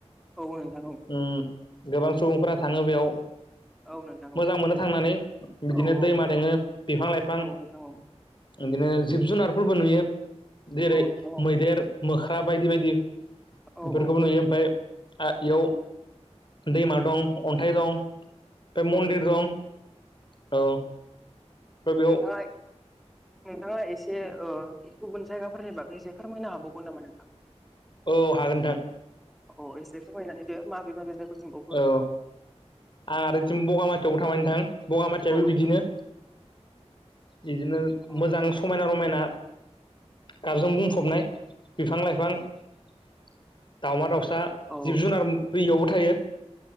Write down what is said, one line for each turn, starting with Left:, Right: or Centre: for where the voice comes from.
Centre: औ नोंथां औ
Left: उम गोबां सुबुंफोरा थांङो बेयाव
Centre: औ नोंथां
Left: मोजां मोनो थांनानै
Centre: औ
Left: बिदिनो
Centre: औ औ
Left: दैमा दोंङो बिफां लाइफां
Centre: औ नोंथां औ
Left: बिदिनो जिब जुनारफोरबो नुयो जेरै
Centre: औ नोंथां औ
Left: मैदेर मोख्रा बायदि बायदि बेफोरखौबो
Centre: औ औ
Left: नुयो ओमफ्राय आ एयाव दैमा दं अन्थाइ दं बे मन्दिर
Centre: औ नोंथां
Left: दं
Centre: औ
Left: औ बेयाव
Centre: नोंथाङा नोंथाङा एसे। ओ गुबुन जायगाफोरनि बागै एसे फोरमायनो हाबावगोन नामा नोंथां।
Left: औ हागोन नोंथां।
Centre: अ एसे फोरमायना होदो माबे माबे जायगा सोंबावखो।
Left: औ आं आरो यथिं बगामाथियावबो थांबाय नोंथां बगामाथियाबो
Centre: औ नोंथां
Left: बिदिनो। बिदिनो
Centre: औ
Left: मोजां समायना रमायना गाबजों बुंफबनाय बिफां-लाइफां, <inaudible> दावमा-दाउस फ्रा
Centre: औ
Left: जिब-जुनार बैयावबो थायो।